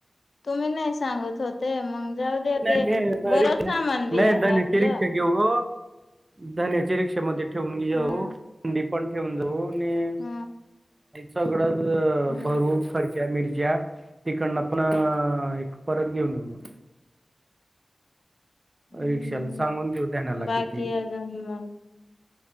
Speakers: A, on the left; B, on the right.
A: तुम्ही नाही सांगत होते मग जाऊ द्या
B: नाही
A: ते बरंच
B: <unintelligible>
A: सामान बी आहे आपलं
B: रिक्षा घेऊन. हो! धण्याच्या रिक्षामध्ये ठेवून घ जाऊ
A: हा
B: थंडी पण ठेवून जाऊ आणि
A: हा
B: सगळंच
A: हम
B: भरू खर्च मिरच्या तिकडन आपण एक परत घेऊन येेऊ मग,
A: हम्म
B: रिक्षाला सांगून घेऊ त्यानाला
A: बाकी
B: किती?
A: अजून मग